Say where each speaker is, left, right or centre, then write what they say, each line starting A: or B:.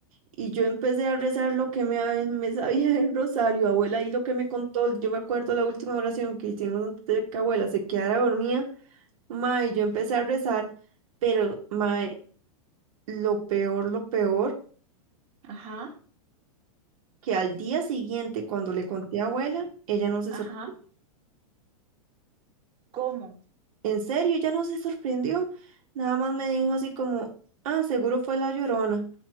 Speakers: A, on the right; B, on the right.
A: y yo empecé a rezar lo que me, <laughs> me sabía el rosario, abuela, y lo que me contó. Yo me acuerdo la última oración que hicimos antes de que abuela se quedara dormida. Mae, yo empecé a rezar, pero mae, lo peor, lo peor,
B: Ajá,
A: que al día siguiente cuando le conté a abuela, ella no se
B: ajá.
A: sorprendió.
B: ¿Cómo?
A: En serio, ya no se sorprendió. Nada más me dijo así como, ah, seguro fue la Llorona.